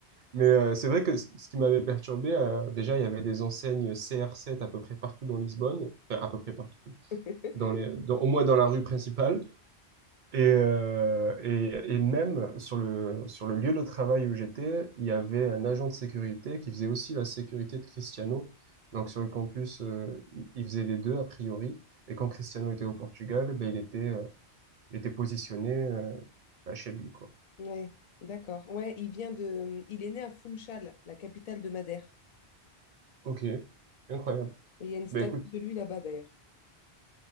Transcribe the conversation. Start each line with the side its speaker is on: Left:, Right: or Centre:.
Right: Mais euh, c'est vrai que ce ce qui m'avait perturbé, euh, déjà, il y avait des enseignes CR7 à peu près partout dans Lisbonne, enfin, à peu près partout,
Left: <laughs>
Right: dans les, dans- au moins dans la rue principale. Et, euh, et, et même sur le, sur le lieu de travail où j'étais, il y avait un agent de sécurité qui faisait aussi la sécurité de Cristiano. Donc sur le campus, euh, il il faisait les deux a priori. Et quand Cristiano était au Portugal, ben, il était, euh, il était positionné euh, ben, chez lui, quoi.
Left: Ouais, d'accord. Ouais, il vient de... Il est né à Funchal, la capitale de Madère.
Right: Ok, incroyable.
Left: Et il y a une statue
Right: Ben écoute,
Left: de lui là-bas, d'ailleurs.